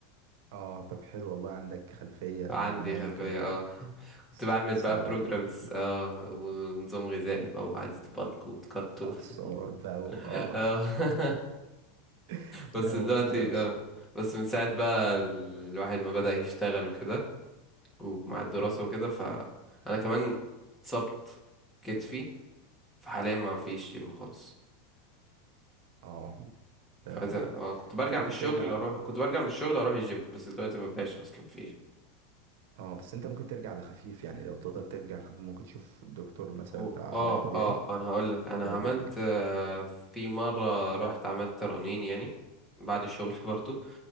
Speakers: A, on the right; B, in the centre.
A: اه طب حلو والله عندك خلفية
B: عندي
A: نوعا ما
B: خلفية
A: ممكن
B: اه <laughs> كنت
A: تس-
B: بعمل
A: تساعدك
B: بقى بروجرامز
A: الحتة دي
B: اه ونظام غذائي بقى وعايز تبلك وتكت و-
A: آه، السعرات بقى و... اه
B: <laughs> اه <laughs>
A: <laughs>
B: بس
A: لا الموضوع
B: دلوقتي
A: حلو الصراحة
B: اه بس من ساعة بقى الواحد ما بدأ يشتغل وكده ومع الدراسة
A: مم.
B: وكده فأنا كمان اتصبت كتفي فحاليا ما فيش جيم خالص
A: اه ده
B: فعايز اه كنت برجع
A: انت ممكن
B: من الشغل
A: ترجع
B: اروح كنت برجع من الشغل اروح الجيم بس دلوقتي ما بقاش اصلا في
A: اه بس انت ممكن ترجع لخفيف يعني لو تقدر ترجع لخفيف ممكن تشوف الدكتور مثلا
B: و-
A: بتاع
B: اه
A: علاج طبيعي
B: اه انا هقول لك انا
A: يقدر
B: عملت
A: يرجعك
B: آه، في مره رحت عملت رنين يعني بعد الشغل <laughs> برضو